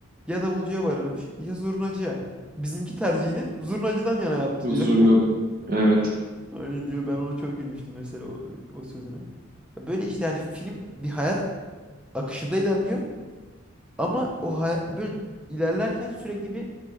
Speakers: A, in the centre; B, on the right.
A: ya davulcuya varırmış ya zurnacıya. Bizimki tercihini zurnacıdan yana yaptı
B: <laughs> Huzurun
A: diyor.
B: adı. Evet.
A: Öyle diyor. Ben ona çok gülmüştüm mesela o, o sözüne. Ya Böyle işte yani film bir hayat akışında ilerliyor ama o haya- böyle ilerlerken sürekli bir